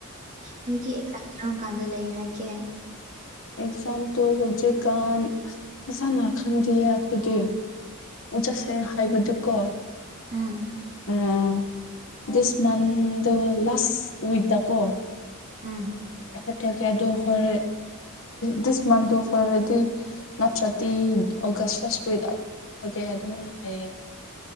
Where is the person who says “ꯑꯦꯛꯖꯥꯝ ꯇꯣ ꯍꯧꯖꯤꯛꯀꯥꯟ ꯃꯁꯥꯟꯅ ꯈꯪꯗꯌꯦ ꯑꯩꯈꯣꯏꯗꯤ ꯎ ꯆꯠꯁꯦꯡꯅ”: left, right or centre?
Left